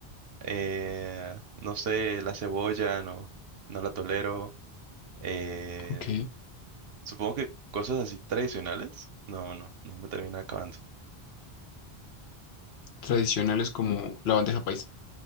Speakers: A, on the right (about 70°); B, on the left (about 80°).
A: eh, no sé, la cebolla, no, no la tolero. eh,
B: Ok.
A: supongo que cosas así tradicionales. No, no, no me termina acabando.
B: Tradicionales como la bandeja paisa.